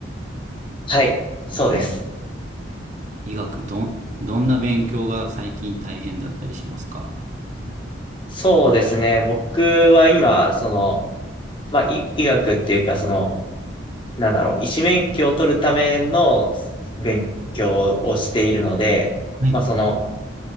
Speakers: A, on the left; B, on the right.
A: はい。そうです。
B: え、医学どん、どんな勉強が最近大変だったりしますか
A: そうですね。僕は今、その、まあ、医医学っていうか、その、なんだろう、医師免許を取るための勉強をしているので、
B: はい。
A: まあ、その、